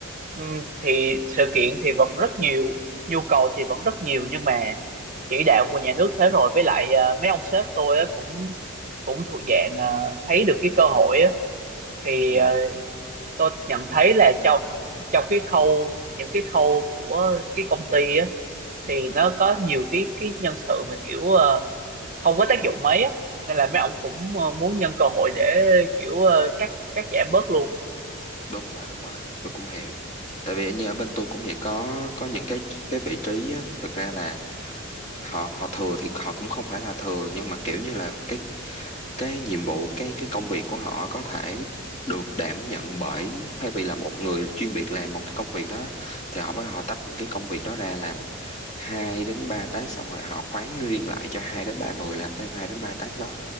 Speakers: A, on the right; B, on the left.
A: ừm, thì sự kiện thì vẫn rất nhiều nhu cầu thì vẫn rất nhiều nhưng mà chỉ đạo của nhà nước thế rồi với lại ờ, mấy ông sếp tôi á cũng cũng thuộc dạng ờ, thấy được cái cơ hội á thì
B: ừ
A: ờ, tôi nhận thấy là trong trong cái khâu những cái khâu của cái công ty á thì nó có nhiều cái cái nhân sự mà kiểu ờ, không có tác dụng mấy á nên là mấy ông cũng ờ, muốn nhân cơ hội để kiểu ờ, cắt cắt giảm bớt luôn
B: đúng rồi đúng rồi tôi cũng hiểu tại vì như ở bên tôi cũng vậy có có những cái cái vị trí á thực ra là họ họ thừa thì họ cũng không phải là thừa nhưng mà kiểu như là cái cái nhiệm vụ cái cái công việc của họ có thể được đảm nhận bởi thay vì là một người chuyên biệt làm một cái công việc đó thì họ bắt đầu họ tách những cái công việc đó ra làm hai đến ba task xong rồi họ khoán riêng lại cho hai đến ba người làm thêm hai đến ba task đó